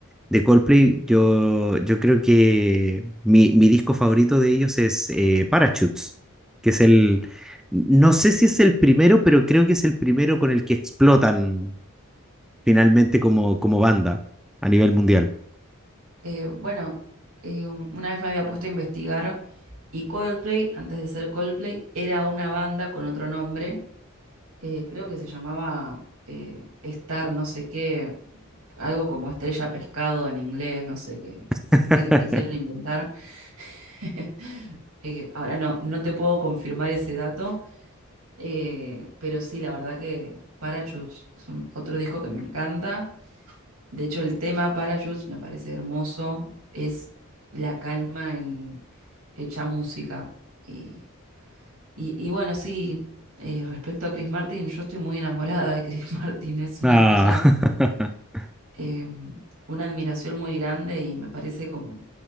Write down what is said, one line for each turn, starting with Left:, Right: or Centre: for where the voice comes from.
Centre: de Coldplay. Yo, yo creo que mi, mi disco favorito de ellos es eh, Parachutes, que es el, no sé si es el primero, pero creo que es el primero con el que explotan finalmente como, como banda a nivel mundial.
Right: Eh, bueno, eh, una vez me había puesto a investigar. Y Coldplay, antes de ser Coldplay, era una banda con otro nombre, eh, creo que se llamaba eh, Star, no sé qué, algo como estrella pescado en inglés, no sé qué,
Centre: <laughs>
Right: que le quisieron inventar. <laughs> Eh, ahora no, no te puedo confirmar ese dato, eh, pero sí, la verdad que Parachutes es un- otro disco que me encanta. De hecho, el tema Parachutes me parece hermoso, es la calma en hecha música. Y y, y bueno, sí, eh, respecto a Chris Martin, yo estoy muy enamorada de Chris <laughs> Martin, es una
Centre: Ah.
Right: cosa,
Centre: <laughs>
Right: eh, una admiración muy grande y me parece como